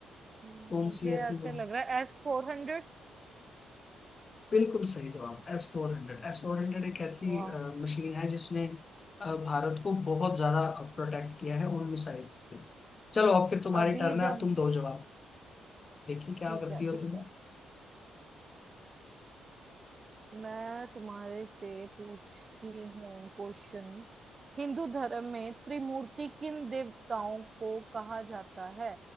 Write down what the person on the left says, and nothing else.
कौन
सी ऐसी
हो
बिल्कुल सही जवाब S four hundred S four hundred एक ऐसी
मशीन है जिसने अ, भारत को बहुत ज्यादा प्रोटेक्ट किया है उन मिसाइल से चलो अब फिर तुम्हारी
टर्न
है अब तुम दो जवाब देखिए क्या
करती
हो
तुम